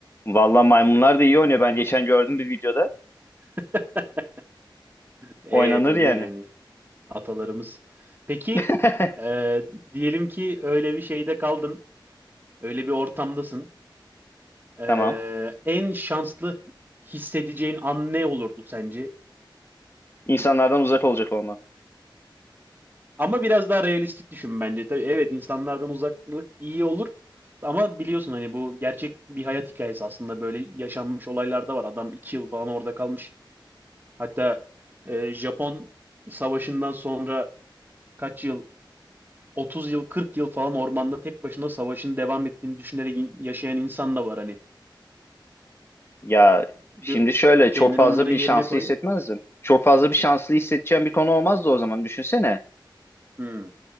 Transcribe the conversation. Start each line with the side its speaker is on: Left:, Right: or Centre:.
Left: Vallahi maymunlar da iyi oynuyor. Ben geçen gördüm bir videoda.
Right: <laughs> E
Left: Oynanır
Right: tabii
Left: yani.
Right: yani atalarımız. Peki
Left: <laughs>
Right: e, diyelim ki öyle bir şeyde kaldın. Öyle bir ortamdasın. Ee,
Left: Tamam.
Right: en şanslı hissedeceğin an ne olurdu sence?
Left: İnsanlardan uzak olacak onlar.
Right: Ama biraz daha realistik düşün bence. Tabii evet insanlardan uzaklık iyi olur. Ama biliyorsun hani bu gerçek bir hayat hikayesi aslında böyle yaşanmış olaylar da var. Adam iki yıl falan orada kalmış. Hatta e, Japon savaşından sonra kaç yıl 30 yıl 40 yıl falan ormanda tek başına savaşın devam ettiğini düşünerek in- yaşayan insan da var hani.
Left: Ya
Right: Bir,
Left: şimdi şöyle
Right: kendini
Left: çok fazla
Right: onların
Left: bir
Right: yerine
Left: şanslı
Right: koy.
Left: hissetmezdin. Çok fazla bir şanslı hissedeceğin bir konu olmazdı o zaman düşünsene.
Right: Hmm.